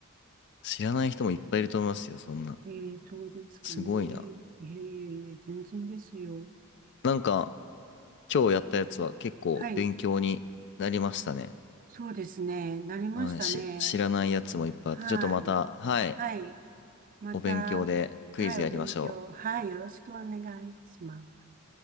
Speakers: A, on the left; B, on the right.
A: 知らない人もいっぱいいると思いますよ、そんな。
B: えー、そうですかね。
A: すごいな。
B: いえいえいえ、全然ですよ。
A: なんか、今日やったやつは結構勉強になりましたね。
B: はい。そうですね。なりましたね。
A: はい、し、知らないやつもいっぱいあって、
B: はい。
A: ちょっとまた、はい、
B: はい。また、
A: お勉強でクイズやりましょう。
B: はい、お勉強。はい、よろしくお願いします。